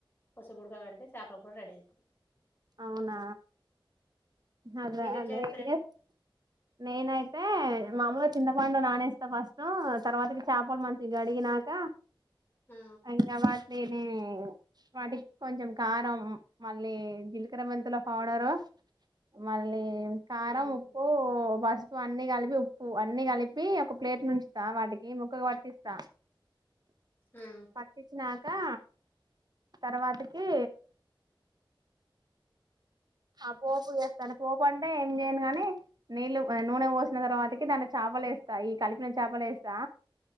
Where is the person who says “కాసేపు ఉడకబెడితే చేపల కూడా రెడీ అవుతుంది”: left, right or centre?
Left